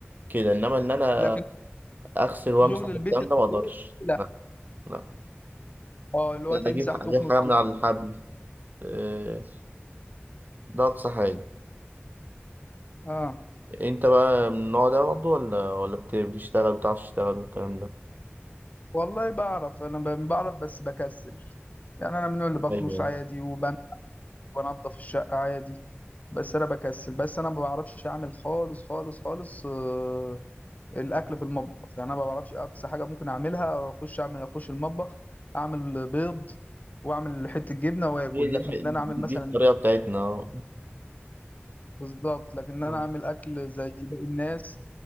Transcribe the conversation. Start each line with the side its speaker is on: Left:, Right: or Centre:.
Right: كده انما ان انا
Left: لكن
Right: اغسل وامسح
Left: شغل
Right: والكلام
Left: البيت
Right: ده ما اقدرش
Left: لا
Right: لا لا
Left: اه اللي هو
Right: اجيب
Left: تمسح
Right: اجيب
Left: تكنس
Right: حاجه من على الحبل آه، ده أقصى حاجة
Left: اه
Right: أنت بقى من النوع ده برضه ولا ولا بت- بتشتغل بتعرف تشتغل والكلام ده
Left: والله بعرف انا ب- بعرف بس بكسل يعني انا من اللي بكنس
Right: أيوه
Left: عادي وبمسح وانضف الشقه عادي بس انا بكسل بس انا ما بعرفش اعمل خالص خالص خالص آه الاكل في المطبخ يعني انا ما بعرفش اقصى حاجه ممكن اعملها اخش اعمل اخش المطبخ اعمل بيض واعمل حته جبنه واكل
Right: هي دي
Left: لكن
Right: الح...
Left: انا اعمل مثلا
Right: دي الطريقة بتاعتنا
Left: بالظبط لكن انا
Right: أه
Left: اعمل اكل زي باقي الناس